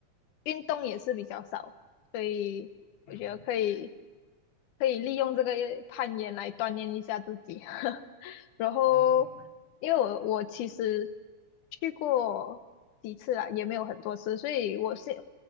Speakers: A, on the left; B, on the left.
A: 运动也是比较少。所以我觉得可以
B: 嗯
A: 可以利用这个攀岩来锻炼一下自己。<laughs> 然后，
B: 嗯嗯
A: 因为我我其实去过几次啦，也没有很多次，所以我是